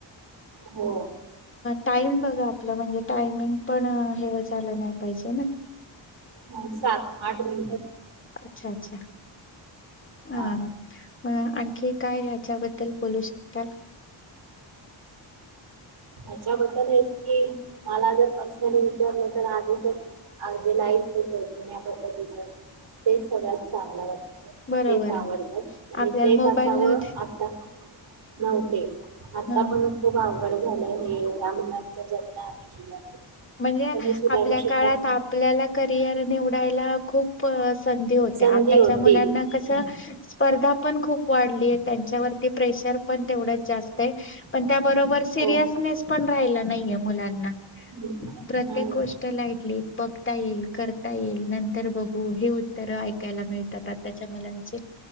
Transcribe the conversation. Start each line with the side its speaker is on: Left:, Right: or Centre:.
Right: हो
Left: टाईम बघा आपलं. म्हणजे टायमिंग पण हे झालं नाही पाहिजे ना.
Right: हा सात आठ मी
Left: अच्छा अच्छा अ
Right: हा
Left: मग आणखी काय हच्याबद्दल बोलू शकतात.
Right: हच्याबदल हेच कि मला जर पर्सनली विचारलं तर आधीचच जे लाईफ होत जुन्या पद्धतीच तेच सगळ्यात चांगलं वाटत.
Left: बरोबर
Right: तेच आवडतं आणि
Left: आपल्याला
Right: तेच
Left: मोबाईल
Right: असावं
Left: नव्हते
Right: आता. नव्हते आता
Left: ह
Right: पण खूप आवघड झालंय हे या मुलांच जगन आणि जीवन.
Left: म्हणजे
Right: पण हे सुधारू
Left: आपल्या
Right: शकतात
Left: काळात आपल्याला करिअर निवडायला खूप संधी होत्या
Right: संधी
Left: आताच्या
Right: होती.
Left: मुलांना कस
Right: हम्म.
Left: स्पर्धा पण खूप वाढली आहे त्यांच्यावरती प्रेशर पण तेवढच जास्त आहे. पण त्या बरोबर सिरियसनेस
Right: हो
Left: पण राहिला नाहीये मुलांना.
Right: नाही
Left: प्रत्येक गोष्ट लाईटली बघता येईल. कर येईल नंतर बघू. हे उत्तर ऐकायला मिळतात आता. मुलांचे